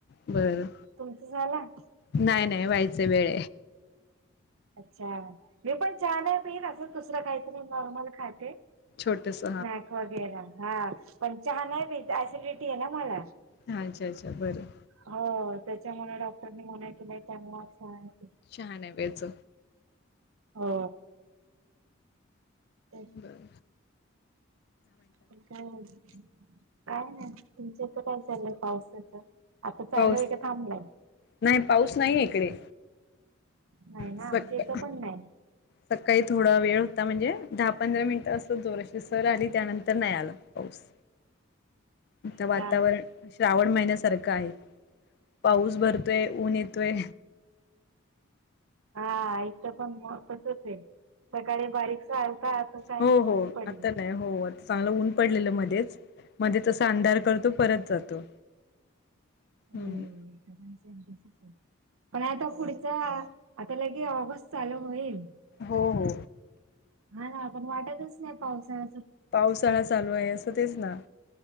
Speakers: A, on the left; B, on the right.
A: बर.
B: तुमच झालं?
A: नाही नाही व्हायचं वेळ.
B: अच्छा मी पण चहा नाही पीन असंच दुसरं काहीतरी नॉर्मल खाते.
A: छोटंस.
B: स्नॅक वगैरे हा पण छान आहे ऍसिडिटी आहे ना मला
A: हा अच्छा अच्छा बरं
B: हो त्याच्यामुळे डॉक्टरनी मना केले त्यांना आहे
A: शहाानवेच
B: हो तेच
A: बं
B: काय काय ना तुमच्या इथ काय चालय पावसाचं आता चालू
A: पाऊस
B: आहे का थांबलंय
A: नाही पाऊस नाही इकडे
B: नाही ना
A: सक
B: आमच्या इथं पण नाही
A: सकाळी थोडा वेळ होता म्हणजे दहा पंधरा मिनिटं असं जोराशी सर आली त्यानंतर नाही आलं पाऊस. आता वातावरण
B: अच्छा
A: श्रावण महिन्यासारखं आहे पाऊस भरतोय ऊन येतोय
B: हा आच पण म तसच आहे सकाळी बारीकस आलता आता काही
A: हो
B: नेऊन
A: हो
B: पडले
A: आता नाही हो चांगलं ऊन पडलेलं मध्येच मध्ये त अंधार करतो परत जातो हम्म
B: हो पणसच पण आता पुढचा आता लगे ऑगस्ट चालू होईल
A: हो हो
B: हा ना पण वाटतच नाही पावसा
A: पावसाळा चालू आहे असं तेच ना